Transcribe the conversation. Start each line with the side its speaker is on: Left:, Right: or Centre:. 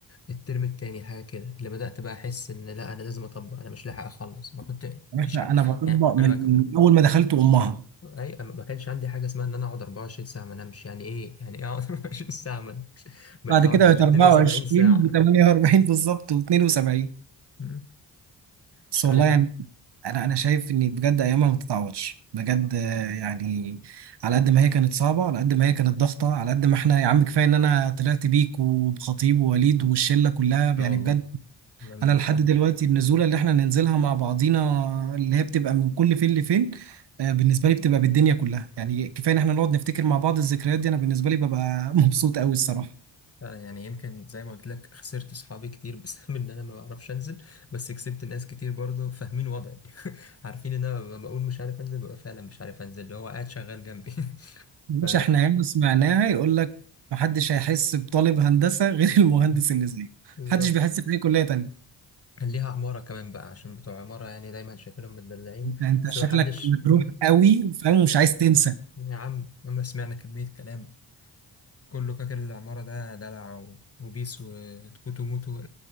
Left: الترم التاني حاجة كده اللي بدأت بقى أحس إن لا أنا لازم أطبق أنا مش لاحق أخلص ما كنت مفيش
Right: يعني احنا
Left: حق
Right: انا بطبق
Left: يعني
Right: من
Left: أنا
Right: من اول ما دخلت امها
Left: اي ما كانش عندي حاجه اسمها ان انا اقعد 24 ساعه ما انامش يعني ايه يعني ايه اقعد <laughs> 24 ساعه ما أنام؟ بقيت
Right: بعد
Left: اقعد
Right: كده
Left: بال
Right: بقت
Left: 72
Right: 24
Left: ساعه
Right: و48 بالظبط و72
Left: مم. مش
Right: بس
Left: عارف
Right: والله يعني انا انا شايف ان بجد ايامها ما تتعوضش بجد آه، يعني على قد ما هي كانت صعبه على قد ما هي كانت ضغطه على قد ما احنا يا عم كفايه ان انا طلعت بيك وبخطيب ووليد والشله كلها
Left: اه
Right: يعني
Left: والله
Right: بجد
Left: ده من
Right: انا لحد
Left: الح...
Right: دلوقتي النزوله اللي احنا ننزلها مع بعضينا اللي هي بتبقى من كل فين لفين آه، بالنسبه لي بتبقى بالدنيا كلها يعني كفايه ان احنا نقعد نفتكر مع بعض الذكريات دي انا بالنسبه لي ببقى <laughs> مبسوط قوي الصراحه
Left: فعلا يعني يمكن زي ما قلت لك خسرت صحابي كتير بسبب <laughs> ان انا ما بعرفش انزل بس كسبت ناس كتير برضه فاهمين وضعي <laughs> عارفين ان انا لما بقول مش عارف انزل ببقى فعلا مش عارف انزل اللي هو قاعد شغال جنبي <laughs>
Right: مش
Left: ف
Right: احنا ياما سمعناها يقول لك محدش هيحس بطالب هندسة <laughs> غير المهندس
Left: مم.
Right: اللي زيه
Left: بالظبط
Right: محدش بيحس بأي كلية تانية
Left: كان ليها عمارة كمان بقى عشان بتوع عمارة يعني دايما شايفينهم متدلعين
Right: انت أنت
Left: بس
Right: شكلك
Left: ما حدش
Right: مجروح قوي فاهم ومش عايز تنسى
Left: يا عم لما سمعنا كمية كلام كله فاكر العمارة ده دلع و- وبيس وتكوتو موتو